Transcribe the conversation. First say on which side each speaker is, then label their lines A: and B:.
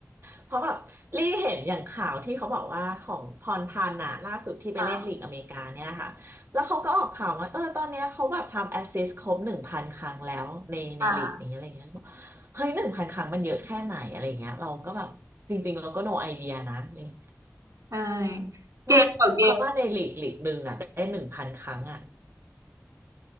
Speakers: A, on the right; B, on the right.
A: เพราะแบบรี่เห็นอย่างข่าวที่เขาบอกว่าของพรพันธ์อะล่าสุดที่ไปเล่นลีกอเมริกาเนี่ยค่ะแล้วเขาก็ออกข่าวว่าเออตอนเนี้ยเขาแบบทำแอสซิสต์ครบหนึ่งพันครั้งแล้วในในลีกนี้อะไรเงี้ยบอกเฮ้ยหนึ่งพันครั้งมันเยอะแค่ไหนอะไรเงี้ยเราก็แบบจริงๆเราก็
B: <laughs> อ่าอ่า
A: no idea นะอะไรเงี้ย
B: ใช่เกมต่อเก
A: ว่าว่าในลีกลีกหนึ่งอะได้หนึ่งพันครั้งอะ